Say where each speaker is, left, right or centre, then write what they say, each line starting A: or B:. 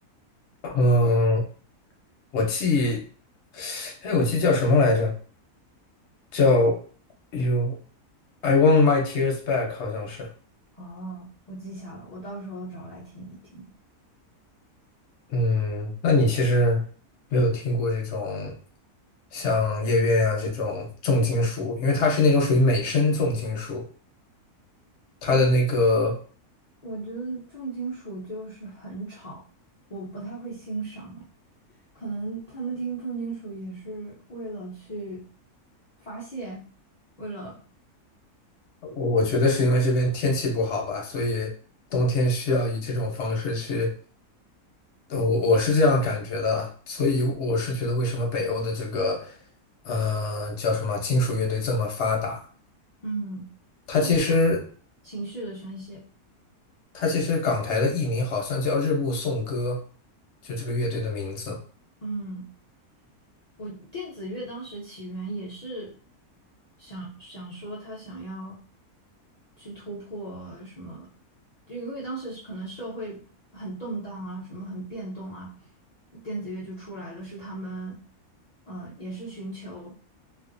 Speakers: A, on the left (about 60°); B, on the left (about 80°).
A: 嗯，我记，哎，我记叫什么来着？叫 You I Want My Tears Back，好像是。
B: 哦，我记下了，我到时候找来听一听。
A: 嗯，那你其实没有听过这种像夜愿啊这种重金属，因为它是那种属于美声重金属，它的那个
B: 我我觉得重金属就是很吵，我不太会欣赏。哎，可能他们听重金属也是为了去发泄，为了
A: 我觉得是因为这边天气不好吧，所以冬天需要以这种方式去。呃，我我是这样感觉的，所以我是觉得为什么北欧的这个，呃，叫什么金属乐队这么发达？
B: 嗯，
A: 它其实
B: 是一个情绪的宣泄。
A: 它其实港台的艺名好像叫日暮颂歌，就这个乐队的名字。
B: 嗯。我电子乐当时起源也是想想说他想要去突破什么，就因为当时是可能社会很动荡啊，什么很变动啊，电子乐就出来了，是他们呃也是寻求